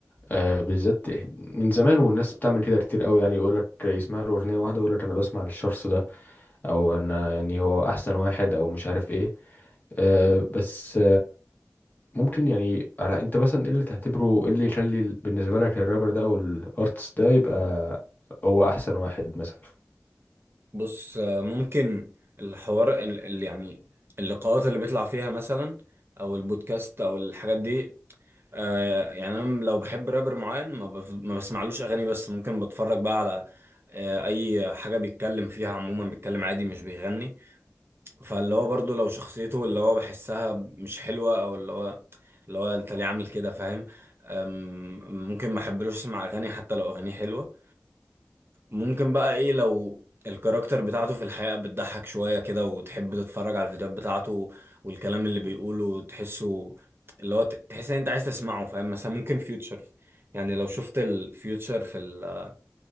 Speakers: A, on the left; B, on the right.
A: آه بالذات من زمان والناس بتعمل كده كتير أوي يعني يقولك يسمع له أغنية واحدة يقولك أنا بسمع للشخص ده أو أنا يعني هو أحسن واحد أو مش عارف إيه آه بس ممكن يعني على انت مثلا ايه اللي تعتبره ايه اللي يخلي ال- بالنسبه لك الرابر ده او الارتست ده يبقى هو احسن واحد مثلا
B: بص آه، ممكن الحوار اللي يعني اللقاءات اللي بيطلع فيها مثلا او البودكاست او الحاجات دي آه يعني انا لو بحب رابر معين ما, بف... ما بسمعلوش اغاني بس ممكن بتفرج بقى على آه اي حاجة بيتكلم فيها عموما بيتكلم عادي مش بيغني فاللي هو برضه لو شخصيته اللي هو بحسها مش حلوة او اللي هو اللي هو انت ليه عامل كده فاهم أم، ممكن ما احبلوش اسمع اغاني حتى لو اغانيه حلوة ممكن بقى ايه لو الكاركتر بتاعته في الحقيقة بتضحك شوية كده وتحب تتفرج على الفيديوهات بتاعته والكلام اللي بيقوله تحسه اللي هو ت- تحس ان انت عايز تسمعه فاهم مثلا ممكن فيوتشر يعني لو شفت الفيوتشر في ال...